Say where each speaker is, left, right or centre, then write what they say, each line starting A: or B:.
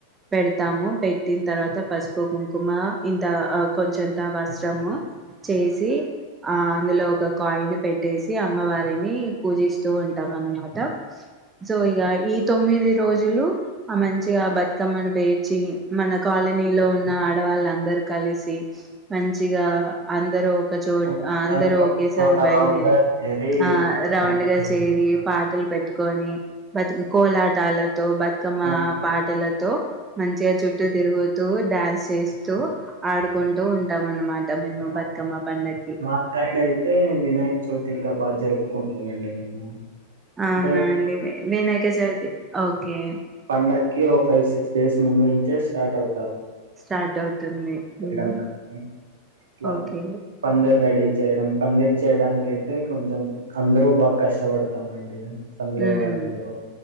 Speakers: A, on the right; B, on the right.
A: పెడతాము పెట్టిన తర్వాత పసుపు కుంకుమ ఇంత. కొంచెం వస్త్రము
B: ఓకే.
A: చేసి ఆ అందులో ఒక కాయిన్ పెట్టేసి అమ్మవారిని పూజిస్తూ ఉంటాం అనమాట, సో ఇక ఈ తొమ్మిది రోజులు మంచిగా బతుకమ్మను పేర్చి మన కాలనీలో ఉన్న ఆడవాళ్ళందరు కలిసి మంచిగా అందరు ఒక చోటు
B: అవునండి.
A: అందరు
B: అందరూ ఒక
A: ఒకేసారి
B: చోట
A: బయలుదేరి
B: రౌండ్‌గా చేరి
A: ఆ రౌండ్గా
B: డాన్స్ చేయడం.
A: చేరి పాటలు పెట్టుకొని బతుకు కోలాటలు తో బధకమా
B: అవును.
A: పాటల తో మంచిగా చుట్టూ తిరుగు డాన్స్ చేస్తూ ఆడు ఒంట
B: ఓకే.
A: వొండమన్నమాట మేము
B: ఇంకా
A: బతుకమ్మ పండగకి.
B: మా సైడ్ అయితే వినాయక్ చవితి అయి. ఇంకా బా జరుపుకుంటామండి మేము.
A: అవునా
B: అంటే
A: అండి వి వినాయక చవితి ఓ. కే.
B: పండకి ఓ ఫైయి సిక్స్ డేస్ ముందు నుంచే స్టార్ట్ అవు.
A: స్టార్ట్ అవుతుంది
B: చేయడం
A: ఊమ్
B: కానీ, ఇట్లా
A: ఓకే.
B: పందిరి రెడీ చేయడం పందిరి చేయడానికైతే కొంచెం అందరూ బాగా కష్టపడుారు. వేల్తమండి సందిలో
A: ఉమ్
B: వారందరు